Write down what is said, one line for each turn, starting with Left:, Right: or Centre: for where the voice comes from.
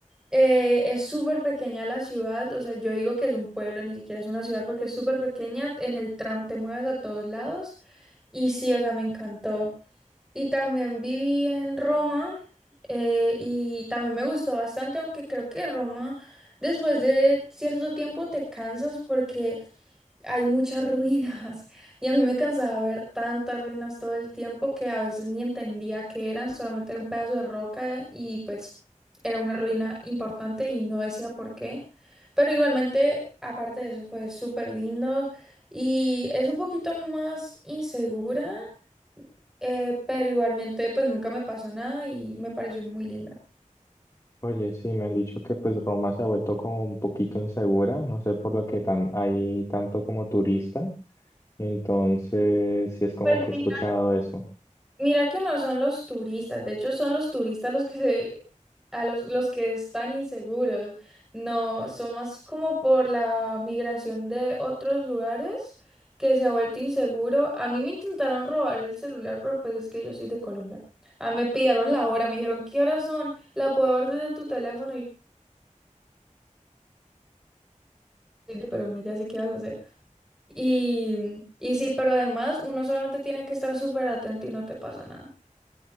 Centre: Eh, es súper pequeña la ciudad, o sea, yo digo que es un pueblo, ni siquiera es una ciudad porque es súper pequeña, en el tram te mueves a todos lados, y sí, o sea, me encantó. Y también viví en Roma eh, y también me gustó bastante, aunque creo que Roma después de cierto tiempo te cansas porque hay muchas <laughs> ruinas y a mí me cansaba ver tantas ruinas todo el tiempo que a veces ni entendía qué eran, solamente era un pedazo de roca y pues era una ruina importante y no decía por qué. Pero igualmente, aparte de eso, fue súper lindo y es un poquito más insegura eh, pero igualmente pues nunca me pasó nada y me pareció muy linda.
Left: Oye, sí, me han dicho que pues Roma se ha vuelto como un poquito insegura, no sé por lo que tan, hay tanto como turista. Entonces, sí es como
Centre: Pues
Left: que he
Centre: mira,
Left: escuchado eso.
Centre: mira que no son los turistas, de hecho son los turistas los que se, a los, los que están inseguros, no, son más como por la migración de otros lugares que se ha vuelto inseguro. A mí me intentaron robar el celular, pero pues es que yo soy de Colombia. Ah, me pidieron la hora, me dijeron, ¿qué horas son? La puedo ver desde tu teléfono y yo soy de Colombia, ya sé qué vas a hacer. Y, y sí, pero además uno solamente tiene que estar súper atento y no te pasa nada.